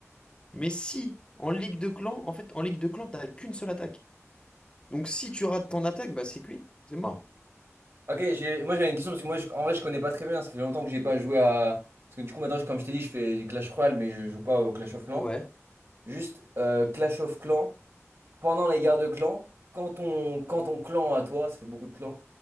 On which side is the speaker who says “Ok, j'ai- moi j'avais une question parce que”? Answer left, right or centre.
Right